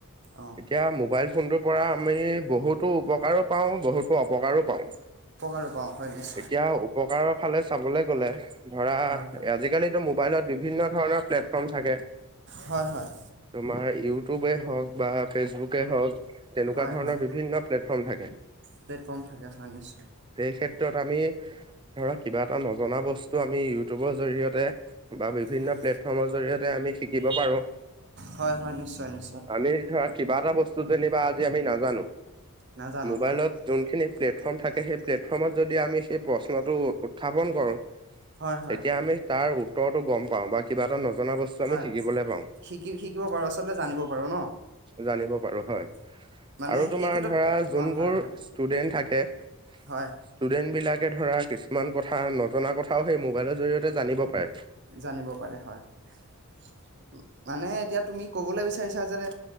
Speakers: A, on the right; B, on the right.
A: অঁ
B: এতিয়া মোবাইল ফোনটোৰ পৰা আমি বহুতো উপকাৰো পাওঁ বহুতো অপকাৰো পাওঁ।
A: <unintelligible>
B: এতিয়া উপকাৰৰ ফালে চাবলে গ'লে ধৰা
A: হয় হয়
B: আজিকালিতো মোবাইলত বিভিন্ন ধৰণৰ প্লেটফৰ্ম থাকে।
A: হয় হয়।
B: তোমাৰ ইউটিউবে হওক বা ফেচবুকে হওক। তেনেকুৱা
A: হয়
B: ধৰণৰ
A: হয়
B: বিভিন্ন প্লেটফৰ্ম থাকে।
A: প্লেটফৰ্ম থাকে হয় নিশ্চয়
B: সেই ক্ষেত্ৰত আমি ধৰা কিবা এটা নজনা বস্তু আমি ইউটিউবৰ জৰিয়তে বা বিভিন্ন
A: হয়
B: প্লেটফৰ্মৰ জৰিয়তে আমি শিকিব পাৰো
A: হয় হয় নিশ্চয় নিশ্চয়।
B: আমি ধৰা কিবা এটা বস্তু যেনিবা আজি আমি নাজানো
A: নাজানো
B: মোবাইলত
A: হয়
B: যোনখিনি প্লেটফৰ্ম থাকে সেই প্লেটফৰ্মত যদি আমি সেই প্ৰশ্নটো উত্থাপন কৰোঁ
A: হয় হয়
B: তেতিয়া আমি তাৰ উত্তৰটো গম পাওঁ বা কিবা এটা নজনা বস্তু
A: হয়
B: শিকিবলৈ পাওঁ
A: শিকি শিকিব পাৰোঁ আচলতে জানিব পাৰোঁ ন।
B: জানিব পাৰোঁ
A: অ,
B: হয়।
A: মানে
B: আৰু তোমাৰ
A: সেই ক্ষেত্ৰত
B: ধৰা যোনবোৰ
A: অ হয় হয়
B: ষ্টুডেন্ট থাকে।
A: হয়।
B: ষ্টুডেন্ট বিলাকে ধৰা কিছুমান কথা নজনা কথাও সেই মোবাইলৰ জৰি়য়তে জানিব পাৰে।
A: জানিব পাৰে হয়। মানে এতিয়া তুমি ক'বলৈ বিচাৰিছা যে